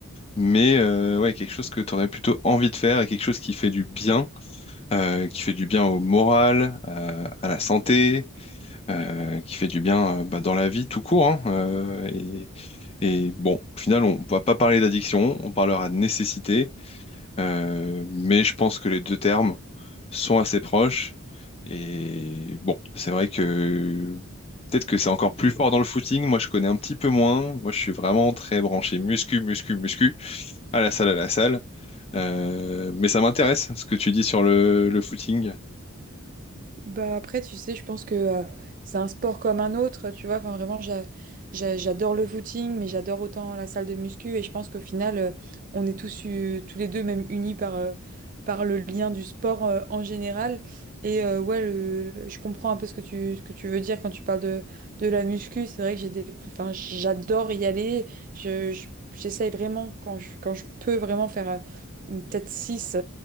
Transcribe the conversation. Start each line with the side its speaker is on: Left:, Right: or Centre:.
Left: mais euh, ouais, quelque chose que tu aurais plutôt envie de faire et quelque chose qui fait du bien, euh, qui fait du bien au moral, euh, à la santé, euh, qui fait du bien euh, bah, dans la vie tout court, hein, euh, et, et bon, au final, on va pas parler d'addiction, on parlera de nécessité, euh, mais je pense que les deux termes sont assez proches. Et bon, c'est vrai que peut-être que c'est encore plus fort dans le footing. Moi, je connais un petit peu moins. Moi, je suis vraiment très branché muscu, muscu, muscu, à la salle, à la salle. Euh, mais ça m'intéresse ce que tu dis sur le, le footing.
Right: Bah après, tu sais, je pense que euh, c'est un sport comme un autre, tu vois. Enfin, vraiment, j'a- j'a- j'adore le footing, mais j'adore autant la salle de muscu. Et je pense qu'au final, euh, on est tous, euh, tous les deux même unis par, euh, par le lien du sport euh, en général. Et euh, ouais, le- le- je comprends un peu ce que tu, ce que tu veux dire quand tu parles de, de la muscu. C'est vrai que j'ai des, enfin, j'adore y aller. Je, je- j'essaye vraiment, quand je, quand je peux vraiment faire euh, peut-être 6